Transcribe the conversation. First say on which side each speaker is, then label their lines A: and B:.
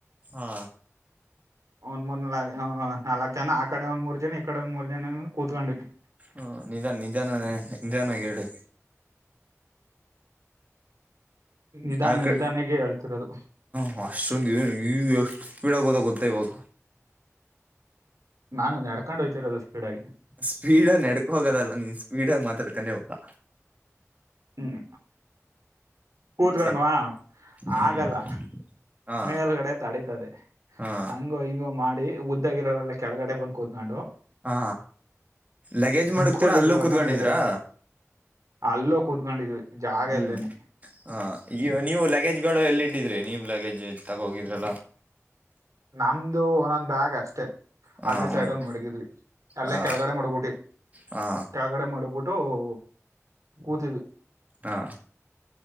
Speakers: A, on the right; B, on the right.
A: ಹಾ
B: ಒಂದ್ ಮೂರು ನಾಲ್ ನಾಲಕ್ಕ ಜನ ಆ ಕಡೆ ಒಂದ್ ಮೂರು ಜನ ಇಕಡೆ ಒಂದ್ ಮೂರು ಜನನೂ ಕೂತ್ಕೊಂಡಿವಿ
A: ಹ್ಮ ನಿಧಾನ ನಿಧಾನನೆ ನಿಧಾನವಾಗಿ ಹೇಳಿ
B: ನಿಧಾನ
A: ಆಕಡಿ
B: ನಿಧಾನಕ್ಕೆ ಹೇಳ್ತಿರೋದು
A: ಹ ಅಷ್ಟೊಂದು ಏನ್ ಎಷ್ ಎಷ್ಟು ಸ್ಪೀಡಾಗಿ ಹೋದ ಗೊತ್ತಾ ಇವಾಗ
B: ನಾನು ನೆಡ್ಕೊಂಡು ಹೊಇತಿರೋದು ಸ್ಪೀಡಾಗಿ
A: ಸ್ಪೀಡ್ ನೆಡ್ಕ ಹೋಗೋದಲ್ಲ ನೀನ್ ಸ್ಪೀಡ ಮಾತಾಡ್ಕೊಂಡೆ ಹೋತಾ
B: ಹ್ಮ್ ಕೂತ್ಕೊಂಡ್ವ
A: ಸ್ವಲ್ಪ ಹ್ಮ್
B: ಆಗಲ್ಲ
A: ಹಾ
B: ಮೇಲ್ಗಡೆ ತಡಿ ದೆ
A: ಹಾ
B: ಹಂಗೋ ಹಿಂಗೋ ಮಾಡಿ ಉದ್ದಾಗಿರೋರೆಲ್ಲ ಕೆಳಗಡೆ ಬಂದ ಕೂತ್ಕೊಂಡು
A: ಹಾ ಲಗೇಜ್ ಮಡಗ್ತೀರಾ
B: ಕುಳ್ಳಗಿರೋನ
A: ಅಲ್ಲೂ ಕುತ್ಕೊಂಡಿದಿರಾ
B: ಮೇಲ್ಗಡೆ ಅಲ್ಲೋ ಕೂತ್ಕೊಂಡಿದ್ವಿ. ಜಾಗ
A: ಹ್ಮ್
B: ಇಲ್ದೇನೆ
A: ಹ ಈ ನೀವು ಲಗೇಜ್ ಗಳು ಎಲ್ಲಿ ಇಟ್ಟಿದ್ರೆ ನೀವ್ ಲಗೇಜ್ ತಗೋಂಡ್ ಹೋಗಿದ್ರಲ್ಲ.
B: ನಮ್ದು ಒಂದೊಂದು ಬ್ಯಾಗ್ ಅಷ್ಟೆ.
A: ಹ
B: ಅಲ್ಲೇ ಸೈಡ್
A: ಒಂದು
B: ಅಲ್ಲಿ ಮಡಗಿದ್ವಿ ಅಲ್ಲೇ
A: ಹ
B: ಕೆಳಗಡೆ ಮಡಗ್ಬಿಟ್ಟೆ,
A: ಹಾ
B: ಕೆಳಗಡೆ ಮಾಡಗ್ಬಿಟ್ಟು ಓ ಕೂತ
A: ಹಾ